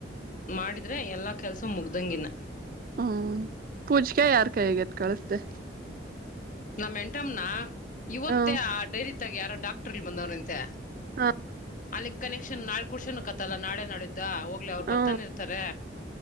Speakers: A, on the left; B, on the right.
A: ಮಾಡಿದ್ರೆ ಎಲ್ಲಾ ಕೆಲ್ಸ ಮುಗ್ದಂಗಿನ್ನ
B: ಹ್ಮ ಪೂಜ್ಕೆ ಯಾರ್ ಕೈಯಾಗ ಎತ್ ಕಳಸ್ದೆ
A: ನಮ್ಮ್ ಎಂಟಮ್ನ ಇವತ್ತೇ
B: ಹ
A: ಆ ಡೈರಿ ತಾಗ ಯಾರ ಡಾಕ್ಟರ್ಲ್ ಬಂದವ್ರಂತೆ
B: ಹ
A: ಅಲ್ಲಿ ಕನೆಕ್ಷನ್ ನಾಳ ಕುಡ್ಸೋನಕ್ಕತ್ತಲ್ಲಾ ನಾಳೆ ನಾಡಿದ್ದ ಹೋಗ್ಲಿ ಅವರು
B: ಹ್ಮ
A: ಬತ್ತಾನೇ ಇರ್ತಾರೆ